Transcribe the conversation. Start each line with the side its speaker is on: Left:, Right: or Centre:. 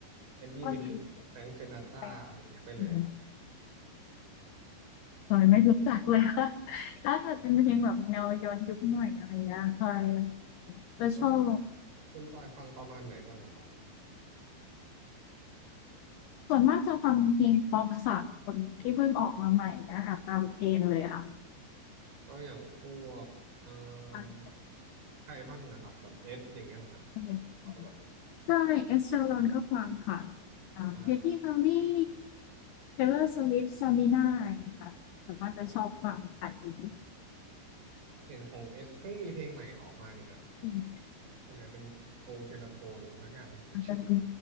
Right: แอนดี้วิลเลียมแฟรงค์ซินาตราอะไรเงี้ยไปเลยครับ
Left: ก็ดีเป็นแฟนอืมจอยไม่รู้จักเลยค่ะ <laughs> ถ้าเกิดเป็นเพลงแบบแนวย้อนยุคหน่อยอะไรเงี้ยจอยจะชอบ
Right: แล้วคุณจอยฟังประมาณไหนบ้างอะครับ
Left: ส่วนมากจะฟังเพลงป๊อปสากลที่เพิ่งออกมาใหม่อะค่ะตามเทรนด์เลยอะ
Right: ก็อย่างพวกเอ่
Left: ฟังที่แบบ
Right: อใครบ้างนะครับแบบเอสอย่างเงี้ยเหรอฮะ
Left: ัน <unintelligible> เป็เใช่
Right: ก็แบบ
Left: Ed Sheeran ก็ฟังค่ะอ่า
Right: มา
Left: Katy Perry Taylor Swift Sabrina อย่างงี้ค่ะส่วนมากจะชอบฟังค่ะอีก
Right: ออกเห็นของเอสเพิ่งมีเพลงใหม่ออกมานี่ฮะ
Left: อืม
Right: ใช่ไหมเป็นโอเทเลโฟนสักอย่าง <laughs> ที่ผม
Left: อาจจะมี